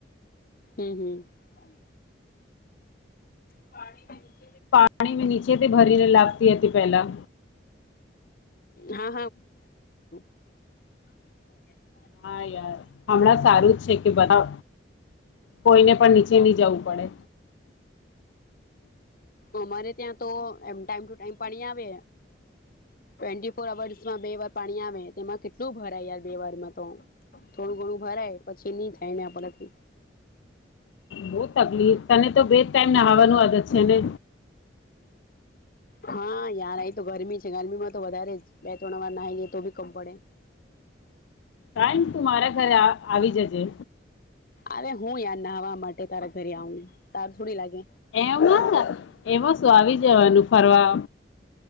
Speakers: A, on the left (about 50°); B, on the left (about 80°).
A: હમ હમ. <unintelligible> પાણી પ.
B: પાણી નીચેથી ભરીને લાગતી હતી પેલા.
A: હા હા ી વા. <unintelligible>
B: હા યાર હમણાં સારું જ છે કે બધા કોઈને પણ નીચે નહી જવું પડે.
A: અમારે ત્યાં તો એ ટાઈમ ટુ ટાઈમ પાણી આવે ટ્વેન્ટી ફોર અર્સમાં બે વાર પાણી આવે તેમાં કેટલું ભરાય યાર બે વારમાં તો. થોડું ઘણું હરાય પછી નઈ થાય ને પડેથી.
B: બહુ તકલીફ તને તો બેજ ટાઈમ નહાવાનું આદત છે ને.
A: હા યાર અ તો ગરમી છે ગરમી માં તો વધારે જ બે ત્રણ વાર નાહી લઈએ તો ભી કમ પડે.
B: તાયપ મારાગરા. આવી જજે.
A: અરે હું યાાર નાવા માટે તારા ઘરે આવું સારસોડી લાગે.
B: એમ. <unintelligible> એમાં શું આવી જવાનું ફરવા.